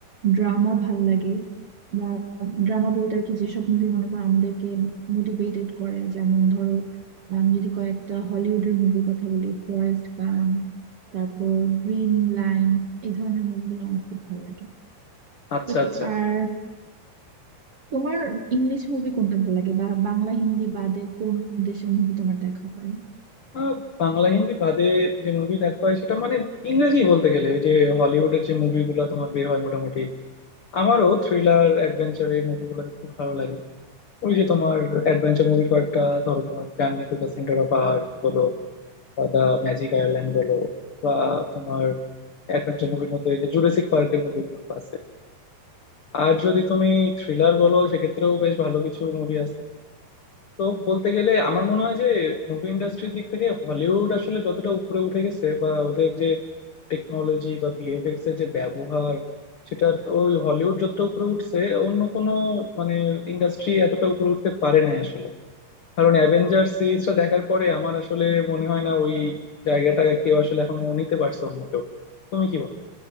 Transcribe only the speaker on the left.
আচ্ছা
আচ্ছা
আহ, বাংলা হিন্দি বাদে যে মুভি দেখা হয় সেটা মানে ইংরেজি বলতে গেলে ওই যে হলিউডের যে মুভিগুলো তোমার বের হয় মোটামুটি আমারও থ্রিলার অ্যাডভেঞ্চার এই মুভিগুলো দেখতে ভালো লাগে ওই যে তোমার অ্যাডভেঞ্চার মুভি কয়েকটা ধরো তোমার journey to the centre of earth বলো বা দ্য ম্যাজিক আয়ারল্যান্ড বলো বা তোমার অ্যাডভেঞ্চার মুভির মধ্যে এই যে জুরাসিক পার্কের মুভিগুলো আছে আর যদি তুমি থ্রিলার বলো সেক্ষেত্রেও বেশ ভালো কিছু মুভি আছে তো বলতে গেলে আমার মনে হয় যে মুভি ইন্ডাস্ট্রির দিক থেকে হলিউড আসলে যতটা উপরে উঠে গেছে বা ওদের যে টেকনোলজি বা ভিএফএক্স এর যে ব্যবহার সেটা ওই হলিউড যতটা উপরে উঠছে অন্য কোনো মানে ইন্ডাস্ট্রি এতটা উপরে উঠতে পারে নাই আসলে কারণ অ্যাভেঞ্জার সিরিজটা দেখার পরে আমার আসলে মনে হয় না ওই জায়গাটা কেউ আসলে এখনো নিতে পারছে অন্য কেউ তুমি কি বলো